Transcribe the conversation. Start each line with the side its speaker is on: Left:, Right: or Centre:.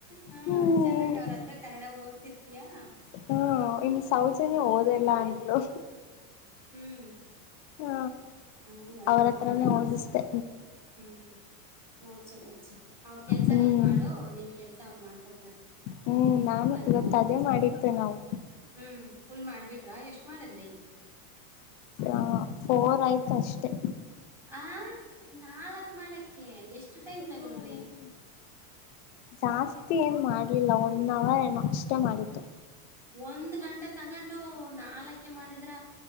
Centre: ಹ
Left: ಹ್ಮ್
Centre: ಚೆನ್ನಾಗ ಅವ್ರತ್ರ್ರ ಕನ್ನಡ ಓದ್ಸಿರ್ತಯಾ
Left: ಹ್ಮ ಇನ್ನು ಸೌಜನ್ಯ ಓದೆಲ್ಲ
Centre: ಮಾಡಿಲ್ಲ.
Left: ಅಂದ್ಲು
Centre: ಹ್ಮ್
Left: ಹ
Centre: ಹೌದಾ
Left: ಅವರತ್ರಾನೇ
Centre: ಬಿಡು ಬಿಡು
Left: ಓದುಸ್ತೇ
Centre: ಹ್ಮ್ ಓದ್ಸು ಓದ್ಸು ಅವ್ರ ಕೆಲ್ಸ
Left: ಹ್ಮ್
Centre: ನೀನ್ ಮಾಡು ನಿನ್ ಕೆಲ್ಸ <unintelligible> ಅವ್ರು ಮಾಡ್ಕೊಡ್ತಾರೆ
Left: ಹ್ಮ್ ನಾನು
Centre: ಕನ್ನಡ
Left: ಇವತ್
Centre: ಓದೋದು
Left: ಅದೇ ಮಾಡಿದ್ದೆ ನಾವು
Centre: ಹ್ಮ್ ಫುಲ್ ಮಾಡ್ಬಿಟ್ರಾ ಎಷ್ಟ್ ಮಾಡದ್ರಿ
Left: ಆ ಫೋರ್ ಆಯ್ತು ಅಷ್ಟೆ
Centre: ಹ ನಾಲ್ಕ್ ಮಾಡಕ್ಕೆ ಎಷ್ಟು ಟೈಮ್
Left: ಹ್ಮ್
Centre: ತಗೊಂಡ್ರಿ
Left: ಜಾಸ್ತಿ ಏನ್ ಮಾಡ್ಲಿಲ್ಲ ಒಂದ್ ಅವರ್ ಏನೋ ಅಷ್ಟೆ ಮಾಡಿದ್ದು
Centre: ಒಂದ್ ಗಂಟೆ ತಗೊಂಡು ನಾಲ್ಕ ಮಾಡಿದ್ರ